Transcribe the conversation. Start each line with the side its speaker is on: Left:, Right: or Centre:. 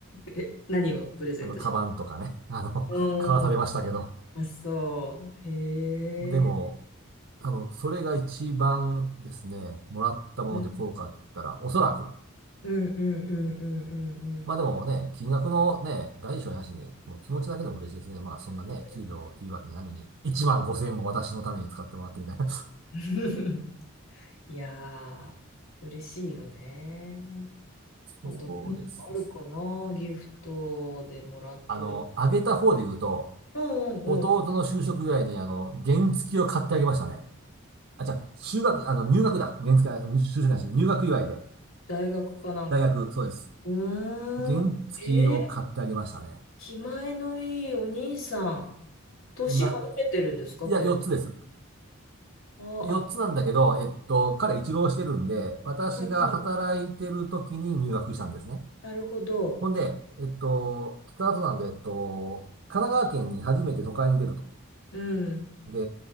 Left: え何をプレゼントし
Right: あの、カバンとかね、あの、
Left: た。うん。
Right: 買わされましたけど。
Left: あ、そう。へえ。
Right: でも、多分、それが一番ですね、もらったもので効果あったら、
Left: うん
Right: おそらく、
Left: うんうんうんうんうんうん。
Right: まあでもね、金額のね、大小なしに、もう気持ちだけでも嬉しいですね。まあそんなね、
Left: そうですね。
Right: 給料いいわけじゃないのに、1万5千円も私のために使ってもらってみたいな。<laughs>
Left: <laughs> いやー、嬉しいよね。
Right: そうですね。
Left: あと何かあるかな、ギフトでもらって嬉しい。
Right: あの、あげた方で言うと、
Left: うんうん
Right: 弟の就職祝いにあの、原付きを買ってあげましたね。あ、じゃあ、就学、あの、入学だ。原付き、あの就職なし、入学祝いで。
Left: 大学かなんかの。
Right: 大学、そうです。
Left: うーん。
Right: 原付きを買ってあげましたね。
Left: えー、気前のいいお兄さん。年離れてるんですか、
Right: なん、いや、
Left: 結
Right: 4つです。
Left: 構。
Right: 4つなんだけど、
Left: あーあ、
Right: えっと、彼一浪してるんで、私が働いてる時に入学したんですね。
Left: うんうん、なるほど。
Right: ほんで、えっと、北里なんで、えっと、神奈川県に初めて都会に出ると。
Left: うん、
Right: で、